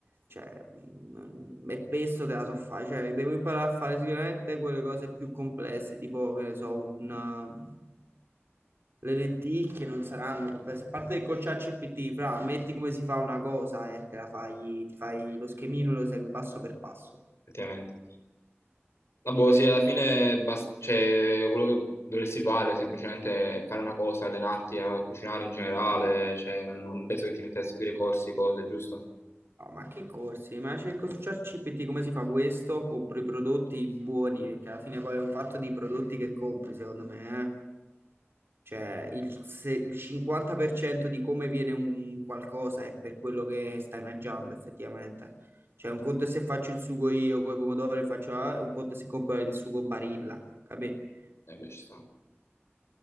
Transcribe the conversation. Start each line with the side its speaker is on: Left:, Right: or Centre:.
Right: cioè, mm, e pesto te la so fare, cioè devo imparare a fare sicuramente quelle cose più complesse, tipo, che ne so, un, um, le lenticchie non saranno complesse, a parte il cocciacci PT, fra, metti come si fa una cosa e te la fai, ti fai lo schemino e lo segui passo per passo.
Left: effettivamente. Ma boh, sì, alla fine bas- cioè, quello che dovresti fare semplicemente è fare una cosa, allenarti a cucinare in generale, cioè, non penso che ti metti a seguire corsi, cose, giusto?
Right: No, ma che corsi? Ma cerco su ChatGPT come si fa questo? Compro i prodotti buoni, perché alla fine poi è un fatto dei prodotti che compri, secondo me. eh. Cioè, il, se- il 50% di come viene un qualcosa è per quello che stai mangiando, effettivamente. Cioè, un conto è se faccio il sugo io con i pomodori, e faccio, ah, un conto è se compro il sugo Barilla, capì?
Left: Eh beh, ci sta.